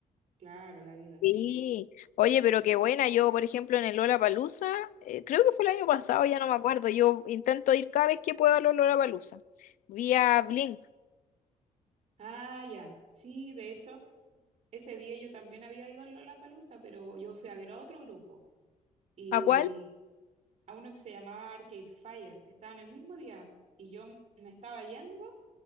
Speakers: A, on the right; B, on the left.
A: Claro, la vida.
B: Sí, oye, pero qué buena. Yo, por ejemplo, en el Lollapalooza, eh, creo que fue el año pasado, ya no me acuerdo. Yo intento ir cada vez que puedo al Lollapalooza. Vi a Blink.
A: Ah, ya. Sí, de hecho, ese día yo también había ido a Lollapalooza, pero yo fui a ver a otro grupo. Y
B: ¿A cuál?
A: a uno que se llamaba Arcade Fire. Estaban el mismo día y yo m- me estaba yendo,